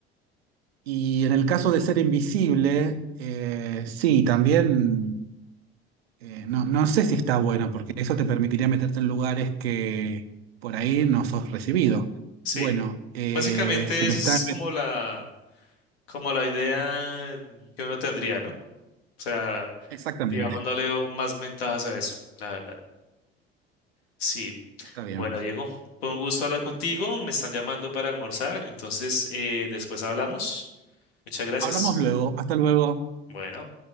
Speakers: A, on the right (about 75°); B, on the left (about 75°).
A: Y en el caso de ser invisible, eh, sí, también eh, no, no sé si está bueno, porque eso te permitiría meterte en lugares que por ahí no sos recibido.
B: sí.
A: Bueno, eh,
B: Básicamente
A: se me
B: esa
A: está...
B: es como la, como la idea que uno tendría, ¿no? O sea,
A: Exactamente,
B: digamos, no le veo más ventajas a eso, la verdad. Sí.
A: está bien.
B: Bueno, Diego, fue un gusto hablar contigo. Me están llamando para almorzar, entonces eh, después hablamos. Muchas gracias.
A: Hablamos luego. Hasta luego.
B: Bueno.